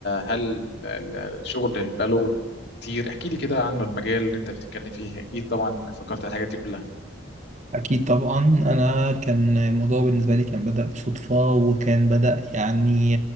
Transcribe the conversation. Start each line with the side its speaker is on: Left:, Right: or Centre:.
Left: هل ال- الشغل بقاله كتير احكي لي كده عنه المجال اللي انت بتتكلم فيه اكيد طبعا فكرت على الحاجات دي كلها
Right: أكيد طبعا أنا كان الموضوع بالنسبة لي كان بدأ بصدفة وكان بدأ يعني